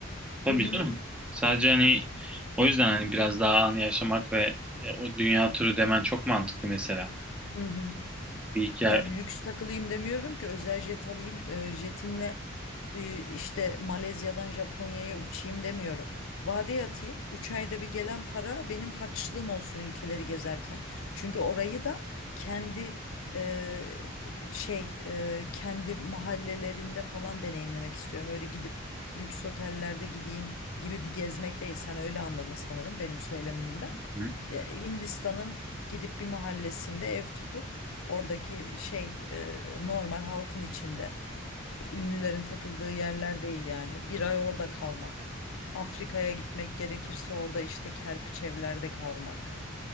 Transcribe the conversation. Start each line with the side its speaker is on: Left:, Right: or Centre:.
Centre: Tabii
Left: Hı hı.
Centre: canım. Sadece hani o yüzden hani biraz daha anı yaşamak ve e, o dünya turu demen çok mantıklı mesela.
Left: Hı hı.
Centre: Bir hikaye.
Left: Ya lüks takılayım demiyorum ki özel jet alayım e, jetimle e, işte Malezya'dan Japonya'ya uçayım demiyorum. Vadeye atayım 3 ayda bir gelen para benim harçlığım olsun ülkeleri gezerken. Çünkü orayı da kendi e, şey e, kendi mahallelerinde falan deneyimlemek istiyorum. Öyle gidip lüks otellerde gideyim gibi bir gezmek değil. Sen öyle anladın sanırım benim söylemimden.
Centre: Hı
Left: Ya, Hindistan'ın gidip bir mahallesinde ev tutup Oradaki şey e, normal halkın içinde. Ünlülerin takıldığı yerler değil yani. Bir ay orada kalmak. Afrika'ya gitmek gerekirse orada işte kerpiç evlerde kalmak